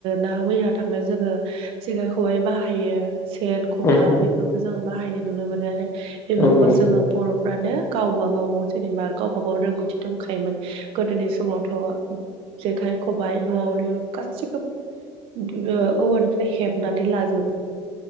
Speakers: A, on the right; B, on the left.
A: नाहा मैया थांनो जोङो जेखाय खबाय बाहायो सेन खखा
B: ओम
A: बेफोरखौ जोङो बाहायनाय नुनो मोनो आरो। बेफोरखौ
B: औ औ
A: जोङो बर'फ्रानो गावबा गाव जेनेबा गावबा गाव रोंगौथि दंखायोमोन। गोदोनि समावथ' जेखाय खबा य न'आवनो गासिखौबो ओ औवानिफ्राय हेबनानै लाजोबो।